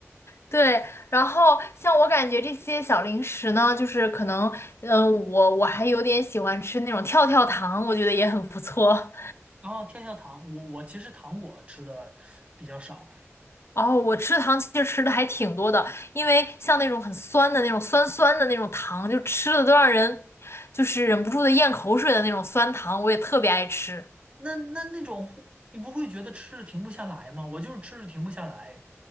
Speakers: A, on the left; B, on the right.
A: 对，然后像我感觉这些小零食呢，就是可能，嗯、我我还有点喜欢吃那种跳跳糖，我觉得也很不错。
B: 然后跳跳糖，我我其实糖果吃的比较少，
A: 哦，我吃糖其实吃的还挺多的，因为像那种很酸的那种酸酸的那种糖，就吃的都让人就是忍不住的咽口水的那种酸糖，我也特别爱吃，
B: 那那那种你不会觉得吃着停不下来吗？我就是吃着停不下来。